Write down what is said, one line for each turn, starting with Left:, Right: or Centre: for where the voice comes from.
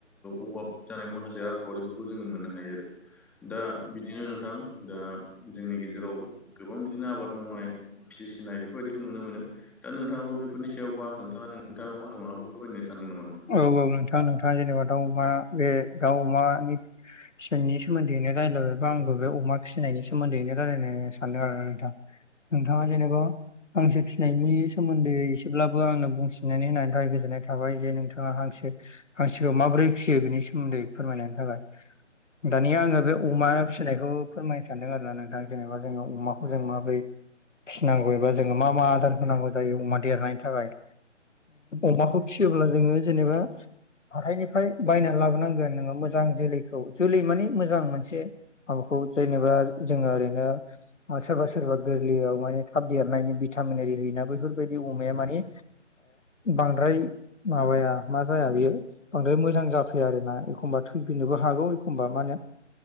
Centre: अभाब जानाय माखासे रांखावरिफोरखौ जोङो मोननो हायो आरो दा बिदिनो नोंथां दा जोंनि गेजेराव गोबां बिदिनो आबाद मावनाय फिसिनाय बेफोरबायदिखौ नुनो मोनो दा नोंथाङाबो बेफोरनि सायावबा नोंथाङा नोंथाङा मावनो माबाखौ फोरमायनो सानदों नामा नोंथां
Left: औ औ नोंथाङा जेनेबा दाउ अमा बे दाउ अमानि फनि सोमोन्दैनो रायलायबायबा आंबो बे अमा फिसिनायनि सोमोन्दैनो रायलायनो सानदों आरो नोंथां नोंथाङा जेनेबा फांसो फिनायनि सोमोन्दै एसेब्लाबो आंनो बुंसिनानै होननि थाखाय गोजोननाय थाबाय जे नोंथां बिथाङा हांसो हांसोखौ माबोरै फिसियो बेनि सोमोन्दै फोरमायनायनि थाखाय दानिया आङो बे अमा फिसिनायखौ फोरमायनो सानदों आरो ना नोंथां जेनेबा जोङो अमाखौ जों माबोरै फिसिनांगौबा जोङो मा मा आदार होनांगौ जायो अमा देरनायनि थाखाय अमाखौ फिसियोब्ला जोङो जेनेबा आहाइनिफ्राय बायना लाबोनांगोन नोङो मोजां जोलैखौ जोलै माने मोजां मोनसे माबाखौ जेनेबा जोङो ओरैनो सोरबा सोरबा गोरलैयाव माने थाब देरनायनि भिटामिनि होयोना बैफोरबायदि अमाया माने बांद्राय माबाया मा जाया बेयो बांद्राय मोजां जाफैयो आरोोना एखमबा थैफिननोबो हागौ एखमबा मा होनो